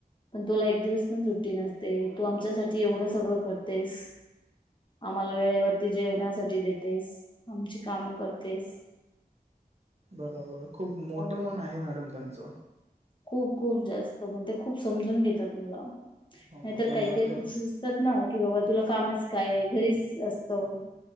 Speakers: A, on the left; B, on the right.
A: पण तुला एक दिवस पण सुट्टी नसते, तू आमच्यासाठी एवढं सगळं करतेस. आम्हाला वेळेवरती जेवण्यासाठी देतेस, आमची कामं करतेस.
B: बरोबर हाय, खूप मोठं
A: त्यामुळे
B: मन आहे मॅडम त्यांच.
A: खूप, खूप जास्त म ते खूप समजून घेत्यात मला.
B: हो
A: नाहीतर
B: तर
A: काही,
B: मग
A: काही
B: आता
A: पुरुष रुसतात ना. कि बाबा तुला कामच काय घरीच असतं,